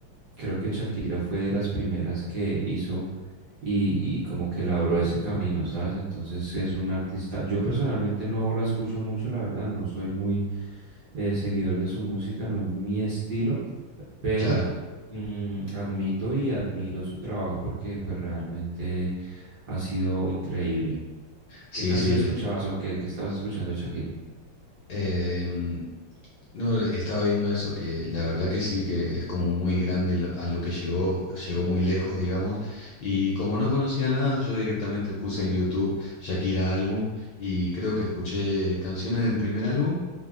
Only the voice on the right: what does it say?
Creo que Shakira fue de las primeras que hizo y, y como que labró ese camino, ¿sabes? Entonces es un artista. Yo personalmente no la escucho mucho, la verdad, no soy muy eh, seguidor de su música, no es mi estilo, pero
mm, admito y admiro su trabajo porque pues realmente ha sido increíble.
¿Qué canción
escuchabas
o qué, qué estabas escuchando de Shakira?